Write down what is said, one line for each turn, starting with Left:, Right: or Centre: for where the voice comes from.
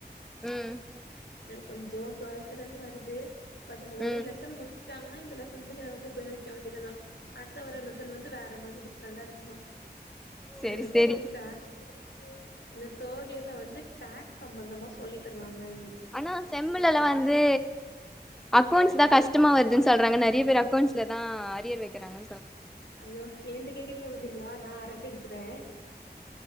Centre: ம்
Left: அது கொஞ்சம் டுவெல்த்ல இருந்து வருது பட் இந்த ஒரு
Centre: ம்
Left: லெசன் முடிச்சு ட்டாங்கன்னா இந்த லெசன் தூக்கி நாங்க குப்பைல வைக்க வேண்டியதுதா அடுத்த வர லெசன் வேற மாதிரி ஃப்ரெண்டா இருக்குமா
Centre: செரி
Left: இன்னும் நெக்ஸ்ட்
Centre: செரி
Left: இயர் டாக்ஸ் இந்த தேர்ட் இயர்ல வந்து டாக்ஸ் சம்பந்தமா சொல்லி தருவாங்க எங்களு
Centre: ஆனா செம்முளல வந்து அக்கவுண்ட்ஸ் தான் கஷ்டமா வருதுன்னு சொல்றாங்க நிறைய பேர் அக்கவுன்ஸ்ல தான் அரியர் வைக்கிறாங்க
Left: ஐயோ ஏண்ட கேக்குறீங்க பாத்தீங்களா நான் அரட்ட அடிக்கிறேன்